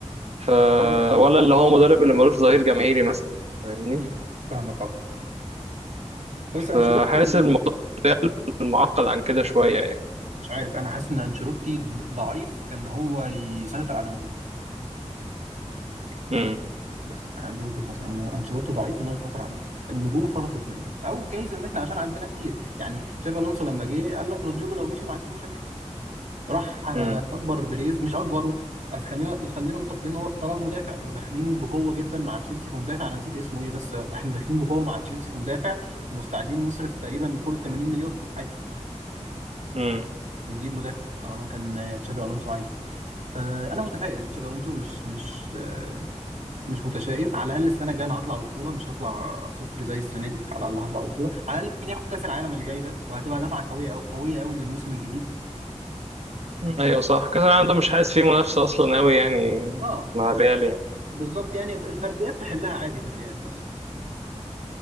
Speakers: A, on the right; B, on the right.
A: ف
B: مش مدرب بس.
A: ولا اللي هو مدرب اللي ملوش ظهير جماهيري مثلا فاهمني
B: مم. فاهمك اه بس انشيلوتي
A: فحاسس الموضوع معقد عن كده شويه يعني
B: مش عارف انا حاسس ان انشيلوتي ض- ضعيف كان هو يسيطر على النجوم
A: امم
B: بس انا دي وجهة نظري ان انشيلوتي ضعيف ان هو يسيطر على النجوم النجوم فرطت منه او جايز ان احنا عشان عندنا كتير يعني شافي الونسو لما جه قال لك رودريجو لو مشي ما عنديش مشاكل راح آه،
A: امم
B: اكبر بيريز مش اكبره بس خلينا خلينا متفقين ان هو طلب مدافع وداخلين بقوه جدا مع تشيلسي في مدافع انا نسيت اسمه ايه بس آه، احنا داخلين بقوه مع تشيلسي في مدافع ومستعدين نصرف تقريبا فوق ال 80 مليون عادي
A: امم
B: ونجيب مدافع طالما كان آه، تشافي الونسو عايزه فانا متفائل بتشافي الونزو مش مش آه، مش متشائم على الاقل السنه الجايه انا هطلع ببطوله مش هطلع صفر زي السنه دي على الاقل هطلع ببطوله على الاقل ممكن ياخد كاس العالم اللي جاي ده وهتبقى دفعه قويه او قويه قوي للموسم الجديد
A: أمم. ايوه صح كاس العالم ده مش حاسس فيه منافسه اصلا قوي يعني
B: اه
A: مع الريال يعني
B: بالظبط يعني الفرديات تحلها عادي في الريال بس